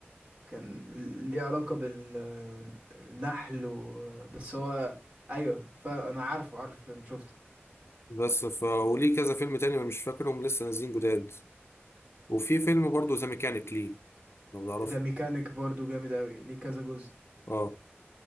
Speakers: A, on the right; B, on the left.
A: كان ليه علاقة بالنحل و... بس هو ايوه فانا عارفه عارف الفيلم شفته
B: بس ف وليه كذا فيلم تاني أنا مش فاكرهم لسه نازلين جداد وفي فيلم برضه ذا ميكانيك ليه لو تعرفه
A: ده ميكانيك برضو جامد قوي ليه كذا جزء
B: اه